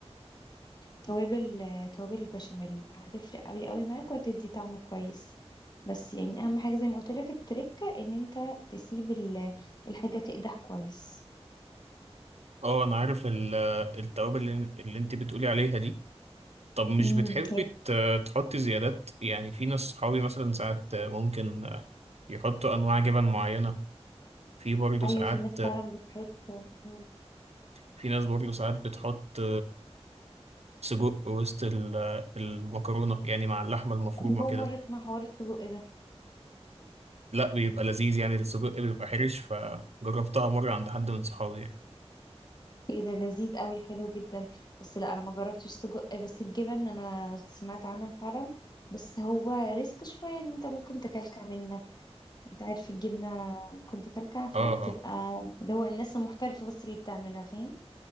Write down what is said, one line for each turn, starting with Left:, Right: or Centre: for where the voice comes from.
Left: توابل آه، توابل البشاميل هتفرق قوي قوي معاك وهتدي طعم كويس بس يعني اهم حاجه زي ما قلت لك التركه ان انت تسيب ال- الحاجه تقدح كويس
Right: اه أنا عارف ال- آه، التوابل اللي اللي انت بتقولي عليها دي طب مش
Left: امم
Right: بتحبي ت- تحطي زيادات يعني في ناس صحابي مثلا ساعات ممكن يحطوا أنواع جبن معينة في برضه
Left: ايوه
Right: ساعات
Left: في ناس فعلا بتحط مم.
Right: في ناس برضه ساعات بتحط سجق وسط ال- المكرونة يعني مع اللحمة المفرومة
Left: أنا اول
Right: كده
Left: مره اسمع حوار السجق ده
Right: لا بيبقى لذيذ يعني السجق بيبقى حرش فجربتها مرة عند حد من صحابي يعني
Left: ايه ده لذيذ قوي حلو جدا بس لا انا ما جربتش سجق بس الجبن انا سمعت عنها فعلا بس هو ريسك شويه ان انت ممكن تكلكع منك انت عارف الجبنه ممكن تكلكع فبتبقى
Right: اه اه
Left: اللي هو الناس المحترفه بس اللي بتعملها فاهم